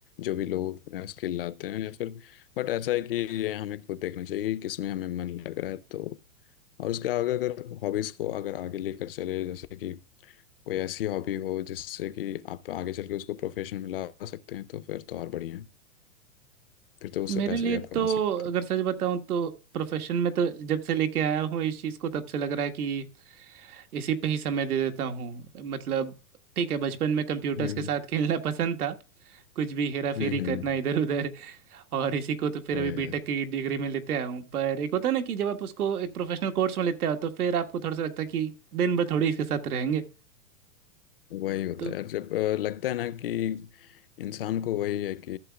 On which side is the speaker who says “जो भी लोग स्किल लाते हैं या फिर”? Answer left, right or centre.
Left